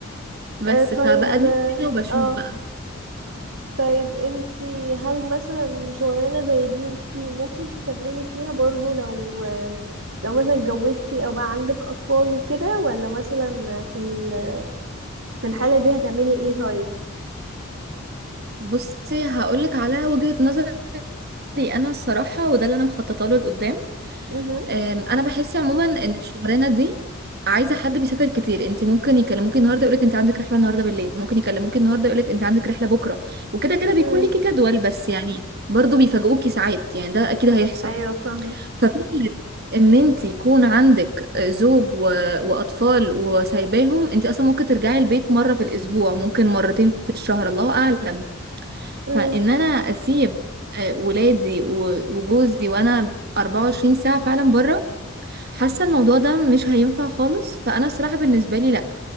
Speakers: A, on the right; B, on the right.
A: بس
B: آه طيب
A: فبقدم
B: اه
A: كده وبشوف
B: آه،
A: بقى
B: طيب انتي هل مثلا شغلانة زي دي انتي ممكن تكملي فيها برضو لو آه، لو مثلا اتجوزتي او بقى عندك اطفال وكده ولا مثلا في ال- في الحالة دي هتعملي ايه طيب
A: بصي هقولك على وجهة نظري انا الصراحة وده اللي انا مخططه له لقدام
B: امم
A: أم، انا بحس عموما ان الشغلانه دي عايزه حد بيسافر كتير انت ممكن يكلموكي النهارده يقولك انت عندك رحله النهارده بالليل ممكن يكلموكي النهارده يقولك انت عندك رحله بكره وكده كده بيكون
B: امم
A: ليكي جدول بس يعني برضو بيفاجئوكي ساعات يعني ده اكيد هيحصل
B: ايوه فاهمة
A: ففكره ان انت يكون عندك زوج و... واطفال وسايباهم انت اصلا ممكن ترجعي البيت مره في الاسبوع ممكن مرتين في الشهر الله اعلم
B: امم
A: فان انا اسيب آه، ولادي و- وجوزي وانا 24 ساعه فعلا بره حاسه الموضوع ده مش هينفع خالص فانا الصراحه بالنسبه لي لا